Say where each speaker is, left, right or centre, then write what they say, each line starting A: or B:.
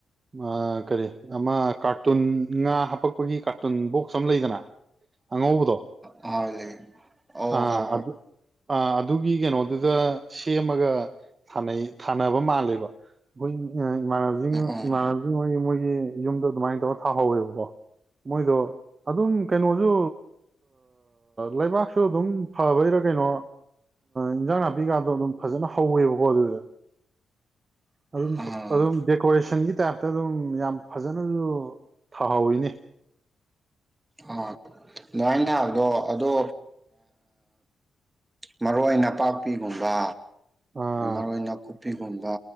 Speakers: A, on the right; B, on the right.
A: ꯑꯥ ꯀꯔꯤ ꯑꯃ ꯀꯥꯔꯇꯨꯟ ꯉꯥ ꯍꯥꯄꯛꯄꯒꯤ ꯀꯥꯔ <unintelligible> ꯕꯣꯛꯁ ꯑꯃ ꯂꯩꯗꯅ꯫ ꯑꯉꯧꯕꯗꯣ
B: ꯑꯥ ꯂꯩ ꯑꯣ
A: ꯑꯥ
B: ꯍꯣꯏ
A: ꯑꯥꯗꯨ
B: ꯍꯣꯏ
A: ꯑꯥ ꯑꯗꯨꯒꯤ ꯀꯩꯅꯣꯗꯨꯗ ꯁꯦꯝꯃꯒ ꯊꯥꯅꯩ ꯊꯥꯅꯕ ꯃꯥꯜꯂꯦꯕ ꯑꯩꯈꯣꯏ ꯏꯃꯥꯟꯅꯕꯁꯤꯡ
B: ꯎꯝ
A: ꯏꯃꯥꯟꯅꯕꯁꯤꯡ ꯍꯣꯏꯒꯤ ꯃꯣꯏꯒꯤ ꯌꯨꯝꯗꯣ ꯑꯗꯨꯃꯥꯏꯅ ꯇꯧꯔ ꯊꯥꯍꯧꯋꯦꯕꯀꯣ ꯃꯣꯏꯗꯣ ꯑꯗꯨꯝ ꯀꯩꯅꯣꯁꯨ ꯂꯩꯕꯥꯛꯁꯨ ꯑꯗꯨꯝ ꯐꯕꯩꯔꯥ ꯀꯩꯅꯣ ꯏꯟꯖꯥꯡ ꯅꯥꯄꯤꯀꯥꯟꯗꯣ ꯑꯗꯨꯝ ꯐꯖꯅ ꯍꯧꯋꯦꯕ <unintelligible> ꯗꯨꯗ ꯑꯗꯨꯝ
B: ꯎꯝ
A: ꯑꯗꯨꯝ ꯗꯦꯀꯣꯔꯦꯁꯟꯒꯤ ꯇꯥꯏꯞꯇ ꯑꯗꯨꯝ ꯌꯥꯝ ꯐꯖꯅꯁꯨ ꯊꯥꯍꯧꯋꯤꯅꯦ
B: ꯑꯥ ꯑꯗꯨꯃꯥꯏꯅꯥ ꯊꯥꯕꯗꯣ ꯑꯗꯣ ꯃꯔꯣꯏ ꯅꯄꯥꯛꯄꯤꯒꯨꯝꯕ
A: ꯑꯥ
B: ꯃꯥꯔꯣꯏ ꯅꯥꯀꯨꯞ ꯅꯥꯀꯨꯞꯄꯤꯒꯨꯝꯕ